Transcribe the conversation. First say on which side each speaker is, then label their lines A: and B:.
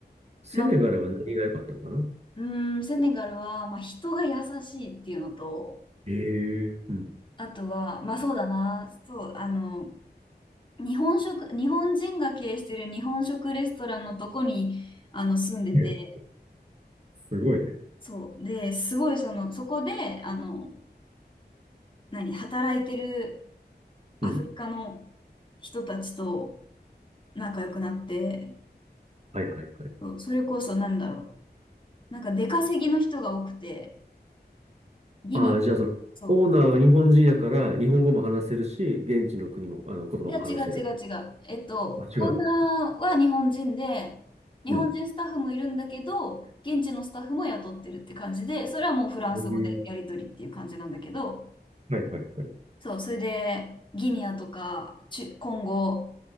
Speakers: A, on the right; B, on the left.
A: セネガルは何が良かったのかな
B: まあ、うーん、セネガルは、まあ、人が優しいっていうのと、
A: ええうん。
B: あとは、まあ、そうだな、そう、あの、日本食、日本人が経営してる日本食レストランのとこに、あの、住んでて、
A: えすごいね。
B: そう、で、すごい、その、そこで、あの、何、働いてるアフリカの
A: うん。
B: 人たちと仲良くなって、
A: はいはいはい。
B: そう、それこそなんだろう。なんか出稼ぎの人が多くて、ギニ、
A: ああ、じゃあその、
B: そう。
A: オーナーは日本人やから、日本語も話せるし、現地の国も、あの、言葉も話せる。
B: いや、違う違う違う。えっと、
A: あ、
B: オーナーは日本人で、
A: 違う。
B: 日本人スタッフもいるんだけど、
A: うん。
B: 現地のスタッフも雇ってるって感じで、それはもうフランス語でやり取りっていう感じなんだけど、
A: へえはいはいはい。
B: そう、それで、ギニアとか、チュコンゴ、